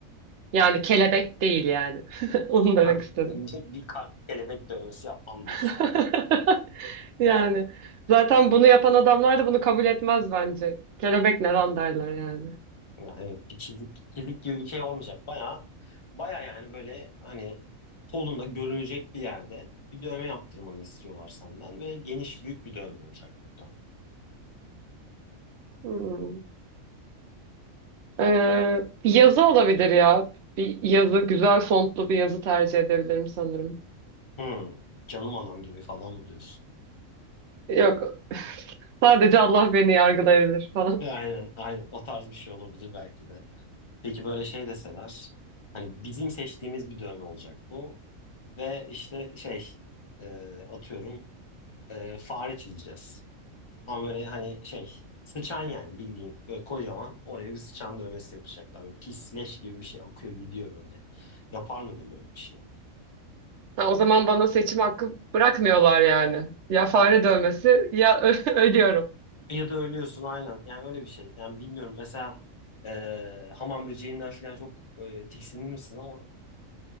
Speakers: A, on the right; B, on the left.
A: Yani kelebek değil yani. <laughs> Onu demek
B: Ha,
A: istedim.
B: bir, bir kalp kelebek dövmesi yapmam diyorsun
A: <laughs>
B: yani.
A: Yani zaten bunu yapan adamlar da bunu kabul etmez bence. Kelebek ne lan derler yani.
B: Yani evet bir çizik, çizik gibi bir şey olmayacak. Baya baya yani böyle hani kolunda görünecek bir yerde bir dövme yaptırmanı istiyorlar senden ve geniş büyük bir dövme olacak burada.
A: Hmm. Ee, bir yazı olabilir ya. Bir yazı, güzel fontlu bir yazı tercih edebilirim sanırım.
B: Hmm, canım anam gibi falan mı diyorsun?
A: Yok, sadece Allah beni yargılayabilir falan.
B: E, Aynen aynen o tarz bir şey olabilir belki de. Peki böyle şey deseler hani bizim seçtiğimiz bir dövme olacak bu. Ve işte şey e, atıyorum e, fare çizeceğiz. Ama böyle hani şey sıçan yani bildiğin böyle kocaman oraya bir sıçan dövmesi yapacaklar. Böyle pis leş gibi bir şey akıyor gidiyor böyle. Yapar mıydım böyle bir şey?
A: Ha, o zaman bana seçim hakkı bırakmıyorlar yani. Ya fare dövmesi ya <laughs> ölüyorum.
B: Ya da ölüyorsun aynen yani öyle bir şey. Yani bilmiyorum mesela e, hamam böceğinden falan çok e, tiksinir misin ama